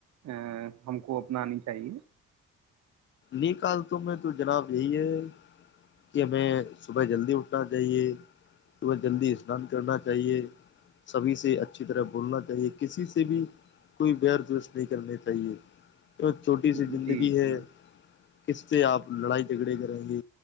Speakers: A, on the right; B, on the left.
A: ا ہم کو اپنانی چاہیے
B: نکالتوں میں تو جناب یہی ہے کہ ہمیں صبح جلدی اٹھنا چاہیے صبح جلدی اسنان کرنا چاہیے سبھی سے اچھی طرح بولنا چاہیے کسی سے بھی کوئی بیرس نہیں کرنی چاہیے چھوٹی سی
A: جی
B: زندگی ہے
A: جی
B: کس سے آپ لڑائی جھگڑے کریں گے